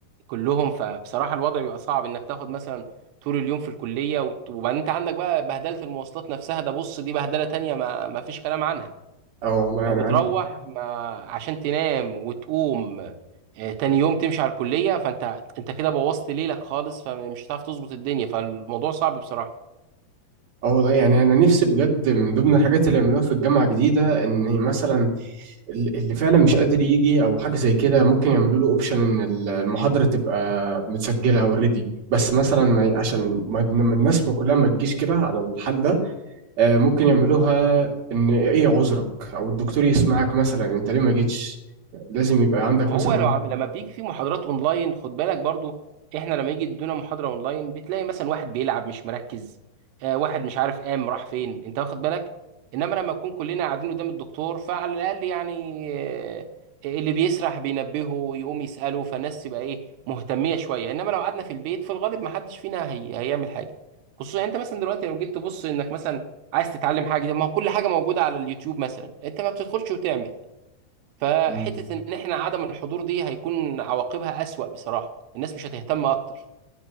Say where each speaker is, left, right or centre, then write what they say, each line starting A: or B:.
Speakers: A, on the right; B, on the right.
A: كلهم فبصراحه الوضع بيبقى صعب انك تاخد مثلا طول اليوم في الكليه وت- وبعدين انت عندك بقى بهدله المواصلات نفسها ده بص دي بهدله تانية ما ما فيش كلام عنها
B: اه والله
A: فبتروح
B: انا عندي
A: ما عشان تنام وتقوم آه، تاني يوم تمشي على الكليه فانت انت كده بوظت ليلك خالص فمش هتعرف تظبط الدنيا فالموضوع صعب بصراحه
B: اه والله يعني انا نفسي بجد من ضمن الحاجات اللي يعملوها في الجامعه جديده ان مثلا ال- اللي فعلا مش قادر يجي او حاجه زي كده ممكن يعملوا له اوبشن ان ال- المحاضره تبقى متسجله اوريدي بس مثلا ما ي- عشان ما ما الناس ما كلها ما تجيش كده على الحال ده آه، ممكن يعملوها ان ايه عذرك او الدكتور يسمعك مثلا انت ليه ما جيتش لازم يبقى عندك
A: ما هو
B: مثلا
A: لو عم... لما بيجي في محاضرات اونلاين خد بالك برضو احنا لما يجي يدونا محاضره اونلاين بتلاقي مثلا واحد بيلعب مش مركز آه واحد مش عارف قام راح فين انت واخد بالك انما لما نكون كلنا قاعدين قدام الدكتور فعلى الاقل يعني آه اللي بيسرح بينبهه يقوم يساله فالناس تبقى ايه مهتميه شويه انما لو قعدنا في البيت في الغالب ما حدش فينا هي... هيعمل حاجه خصوصا يعني انت مثلا دلوقتي لو جيت تبص انك مثلا عايز تتعلم حاجه ده ما هو كل حاجه موجوده على اليوتيوب مثلا انت ما بتدخلش وتعمل فحتة
B: عذر
A: ان احنا عدم الحضور دي هيكون عواقبها اسوأ بصراحة الناس مش هتهتم اكتر